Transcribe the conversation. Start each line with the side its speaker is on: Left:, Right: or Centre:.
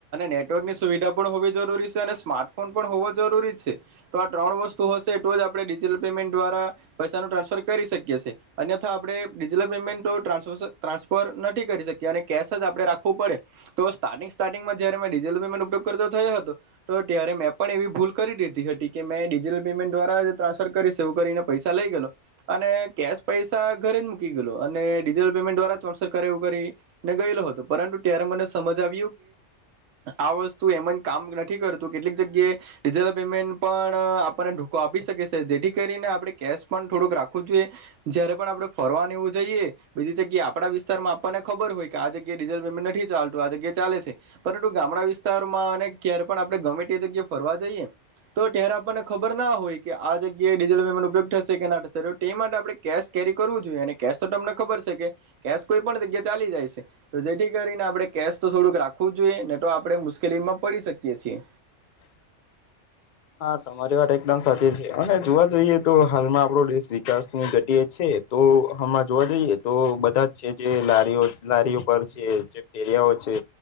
Right: નેટવર્કની સુવિધા હોવી જરૂરી છે અને સ્માર્ટફોન પણ હોવો જરૂરી છે ત્રણ વસ્તુ હશે તો જ આપણે ડિજિટલ પેમેન્ટ દ્વારા પૈસાનું ટ્રાન્સફર કરી શકીછીએ અન્યથા આપણે ડિજિટલ પેમેન્ટ તો ટ્રાન્સફર નથી કરી શક્યા અને કેશ જ આપડણે રાખવું પડે તો સ્થાનિક સ્ટાર્ટિંગમાં જય મેં ડીઝલમે ઉપયોગ કરતો થયો હતો તો ત્યારે મેં પણ એવી ભૂલ કરી દીધી હતી કે મેં ડિજિટલ પેમેન્ટ દ્વારા ટ્રાન્સફર કરી સ એવું કરીને પૈસા લઈ ગે અને કેશ પૈસા ઘરે મ ગ અનેટલ પેમેન્ટ દ્વારા્રાન્સર કરને ગયેલો હતો પરંતુ ત્યારે મને સમજ આવી આ વસ્તુ એમ કામ નથી કરતું કેટલીક જગ્યાએલ પેમેન્ટ પણ આપણને ોકો આપી શકે છે જેથી કરીને આપે કેશ પણ થોડુંક રાખવું જોઈએ જયારે પણ આપ ફરવા એવું જઈએ બીજી જગ્યા આપડા વિસ્તારમાં આપણને ખબર હોય કે આ જગ્યા ડીઝલ પેમેન્ટ નથી ચાલતું આગ્યા ચાલે છે પરંતુ ગામડા વિસ્તારમાં અને ક્યારે પણ આપણે ગમે તે જગ્યા ફરવા જઈએ તો ત્યારે આપણને ખબર ના હોય કે આ જગ્યાએ ડીઝલ પેમેન્ટ ઉપયોગ થશે કે ના થશે તે માટે આપણે કેશ કેરી ું જોઈ કે તો તમને ખબર છે કે કેશ કોઈ પણ જગ્યા ચાલી જાય છે તો જેથી કરીને આપણે કે થોડુંક રાખવું જોઈએ નને તો આપડણે મુશ્કેલીમાં પડી શકીએ છીએ
Left: હા તમારી વાત એકદમ સાચી છે અને જોવા જઈએ તો હાલમાં આપડો દેશ વિકાસની ઘતિ જ છે તો હમાં જોવા જઈએ તો બધા જ છે જે લારીઓ લારીઓ પર છે જે ફેર્યા